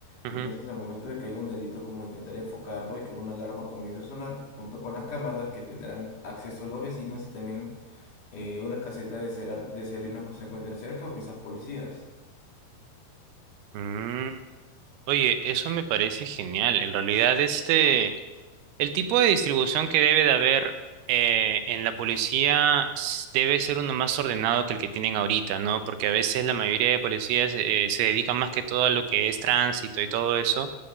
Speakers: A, on the left (about 55°); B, on the right (about 80°).
A: Entonces,
B: ujú.
A: al momento de que hay un delito, como intentar enfocarlo y que una alarma comience a sonar, junto con las cámaras que tendrán acceso los vecinos y también eh, una caseta de, sera- de serenos que se encuentra cerca o quizás policías.
B: Mm. Oye, eso me parece genial. En realidad, este... El tipo de distribución que debe de haber eh, en la policía s- debe ser uno más ordenado que el que tienen ahorita, ¿no? Porque a veces la mayoría de policías eh, se dedican más que todo a lo que es tránsito y todo eso,